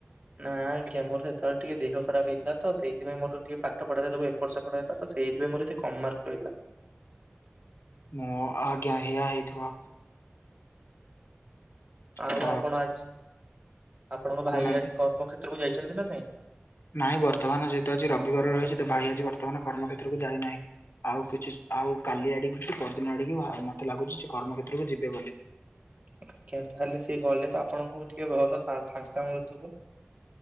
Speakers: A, on the right (about 40°); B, on the left (about 65°).
A: ନା ଆଜ୍ଞା ମୋର ସେତେବେଳେ ଟିକେ ଦେହ ଖରାପ ହେଇଥିଲା ତ ସେଇଥିପାଇଁ ମୋର ଟିକେ ପା ଟି ପଢ଼ାରେ ସବୁ ଏପଟ ସେପଟ ହେଲା ତ ସେଇଥି ପାଇଁ ମୋର ଏତେ କମ୍ ମାର୍କ ରହିଲା।
B: ମୁଁ ଆଜ୍ଞା ହେଇଆ ହେଇଥିବ।
A: ଆଉ
B: ତ
A: ଆପଣ ଆଜି ଆପଣଙ୍କ ଭାଇ
B: କହୁନାହାନ୍ତି।
A: ଆଜି କର୍ମକ୍ଷେତ୍ରକୁ ଯାଇଛନ୍ତି ନା ନାଇଁ?
B: ନାଇଁ ବର୍ତ୍ତମାନ ଯେହେତୁ ଆଜି ରବିବାର ରହିଛି ତ ଭାଇ ଆଜି ବର୍ତ୍ତମାନ କର୍ମକ୍ଷେତ୍ରକୁ ଯାଇନାହିଁ। ଆଉ କିଛି ଆଉ କାଲି ଆଡି଼କି କି ପରଦିନ ଆଡି଼କି ଭାଇ ମତେ ଲାଗୁଛି ସେ କର୍ମକ୍ଷେତ୍ରକୁ ଯିବେ ବୋଲି।
A: ଆଜ୍ଞା ତାହେଲେ ସିଏ ଗଲେ ତ ଆପଣଙ୍କୁ ଟିକେ ଭଲ ସା ଫାଙ୍କା ମିଳୁଥିବ।